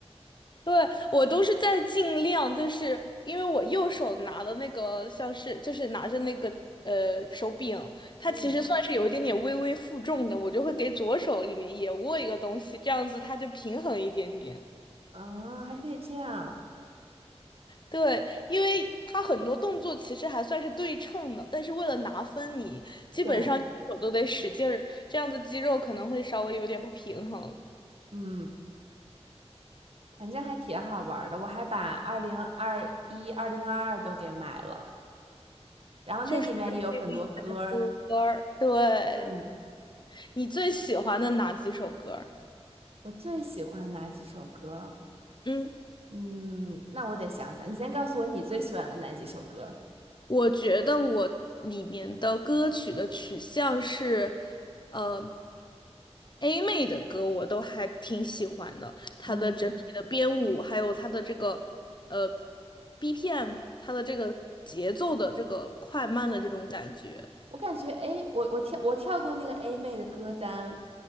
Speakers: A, on the left; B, on the right.
A: 对，我都是在尽量，就是因为我右手拿的那个像是就是拿着那个呃手柄，它其实算是有一点点微微负重的，
B: 嗯。
A: 我就会给左手里面也握一个东西，这样子它就平衡一点点。
B: 嗯，还可以这样，
A: 对，因为它很多动作其实还算是对称的，但是为了拿分你，基本上右手都得使劲儿，
B: 对，
A: 这样子肌肉可能会稍微有点不平衡，
B: 嗯，反正还挺好玩儿的。我还把二零二一、二零二二都给买了，然后那里面也有很多歌儿。
A: 就是会有以前的歌儿。对，
B: 嗯，
A: 你最喜欢的哪几首歌儿？
B: 我最喜欢哪几首歌？
A: 嗯，
B: 嗯，那我得想想。你先告诉我你最喜欢的哪几首歌？
A: 我觉得我里面的歌曲的取向是，呃，A 妹的歌我都还挺喜欢的，她的整体的编舞，
B: 嗯，
A: 还有她的这个呃 BPM，她的这个节奏的这个快慢的这种感觉，
B: 我感觉，哎，我我跳我跳过那个 A 妹的歌单，